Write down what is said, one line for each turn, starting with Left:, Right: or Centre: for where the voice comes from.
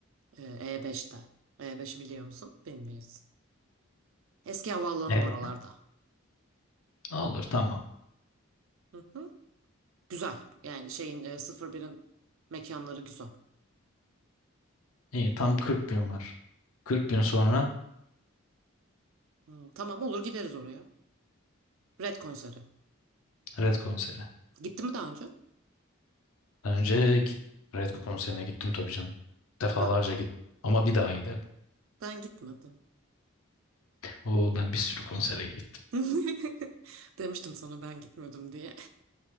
Right: Ee, E5'te. E5'i biliyor musun? Bilmiyorsun. Eski havaalanının
Left: E,
Right: oralarda.
Left: olur, tamam.
Right: Hı hı. Güzel. Yani şeyin e, 01'in mekanları güzel.
Left: İyi, tam 40 gün var. 40 gün sonra
Right: Hı, tamam olur gideriz oraya. Red konseri.
Left: Red konseri.
Right: Gitti mi daha önce?
Left: Daha önce git, Red konserine gittim tabii canım. Defalarca
Right: Ben,
Left: gittim. Ama bir daha giderim.
Right: ben gitmedim.
Left: Oo, ben bir sürü konsere gittim.
Right: <laughs> Demiştim sana ben gitmedim diye.